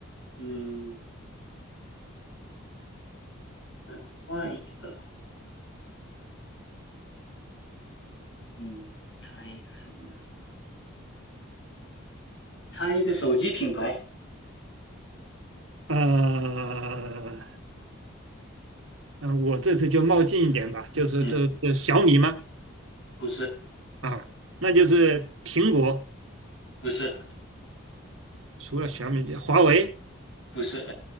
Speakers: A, on the left; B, on the right.
A: 嗯，再换一个，嗯，猜一个什么呢？猜一个手机品牌。
B: 呃，嗯，我这次就冒进一点吧，就是这这小米嘛，
A: 嗯，不是，
B: 啊，那就是苹果，
A: 不是，
B: 除了小米，华为，
A: 不是，